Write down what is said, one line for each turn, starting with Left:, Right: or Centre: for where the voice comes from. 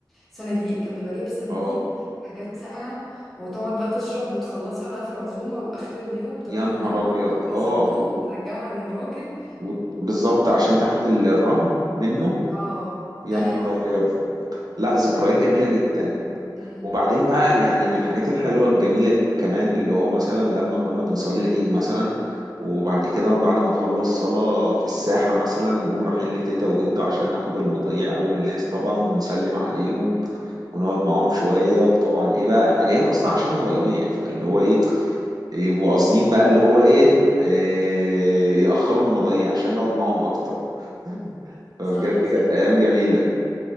Centre: صناديق كان بيبقى جايب صناديق
Right: اه
Centre: حاجات ساقعة وتقعد بقى تشرب وتخلصها بقى في العزومة وآخر اليوم تروح
Right: يا نهار
Centre: لممها
Right: ابيض
Centre: في الصندوق
Right: اه
Centre: وترجعها للراجل
Right: وت- بالظبط عشان تاخد ال- الرهن منه
Centre: اه
Right: يا
Centre: ايوه
Right: نهار ابيض لا ذكريات جميله
Centre: فكرة
Right: جدا
Centre: جميلة. أمم،
Right: وبعدين بقى يعني من الحاجات الحلوه الجميله كمان اللي هو مثلا لما كنا بنصلي العيد مثلا وبعد كده بعد ما نخلص صلاه في الساحه مثلا نقوم رايحين لتيتا وجده عشان ناخد المضيع اول ناس طبعا ونسلم عليهم ونقعد معاهم شويه وطبعا ايه بقى احنا جايين اصلا عشان مضيع فاللي هو ايه يبقوا قاصدين بقى اللي هو ايه آه، يأخروا المضايع عشان نقعد معاهم اكتر <laughs> فبجد
Centre: صح صح
Right: كانت ايام جميلة